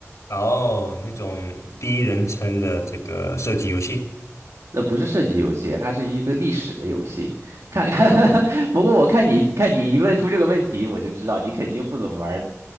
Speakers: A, on the left; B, on the right.
A: 哦，那种第一人称的这个射击游戏，
B: 那不是射击游戏，它是一个历史的游戏。看，<laughs> 不过我看你看你一问出这个问题，我就知道你肯定不怎么玩